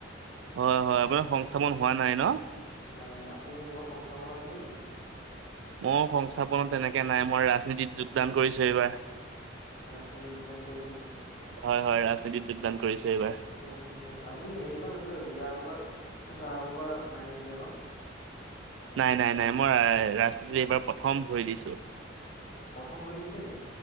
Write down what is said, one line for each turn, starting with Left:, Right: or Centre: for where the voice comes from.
Right: হয় হয় আপোনাৰ সংস্থাপন হোৱা নাই ন?
Left: নাই নাই আপুনি কবাত সংস্থাপন আছে নে কি?
Right: ময়ো সংস্থাপনত তেনেকৈ নাই মই ৰাজনীতিত যোগদান কৰিছোঁ এইবাৰ৷
Left: ৰাজনীতিত যোগদান কৰিছে নেকি
Right: হয়-হয় ৰাজনীতিত যোগদান কৰিছে এইবাৰ৷
Left: ঠিকে আছে আপুনি হেৰি কৰা নাছিলে জানো ইয়াৰ আগৰ বাৰ হাৰিছিলে ন?
Right: নাই-নাই-নাই মই ৰাজনীতি এইবাৰ প্ৰথম ভৰি দিছোঁ৷
Left: প্ৰথম ভৰি দিছে নি